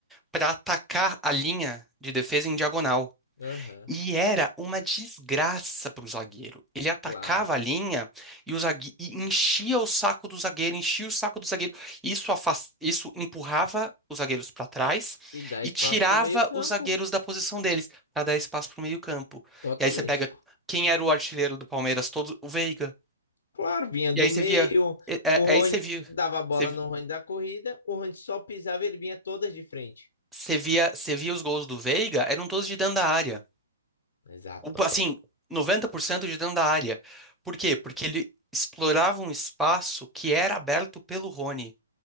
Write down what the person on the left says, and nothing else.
Aham,
claro.
E dá
espaço
pro meio-campo,
totalmente.
Claro, vinha do
meio,
o Rony
dava a bola
no Rony da corrida, o Rony só pisava e ele vinha todas de frente.
Exato.